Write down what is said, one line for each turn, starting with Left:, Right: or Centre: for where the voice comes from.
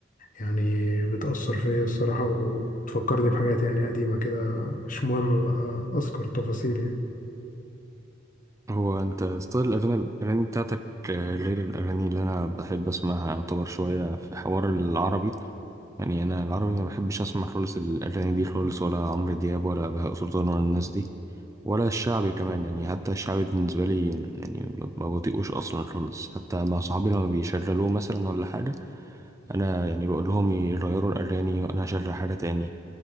Left: يعني بتأثر فيا الصراحة وتفكرني بحاجات يعني قديمة كده مش مهم بقى أذكر تفاصيل يعني
Right: هو انت ستايل الاغاني الاغاني بتاعتك آه، غير الاغاني اللي انا بحب اسمعها يعتبر شويه في حوار العربي يعني انا العربي ما بحبش اسمع خالص الاغاني دي خالص ولا عمرو دياب ولا بهاء سلطان ولا الناس دي ولا الشعبي كمان يعني حتى الشعبي بالنسبة لي يعني ما ما بطيقوش أصلا خالص حتى مع صحابي لما بيشغلوه مثلا ولا حاجة أنا يعني بقول لهم يغيروا الأغاني وأنا أشغل حاجة تاني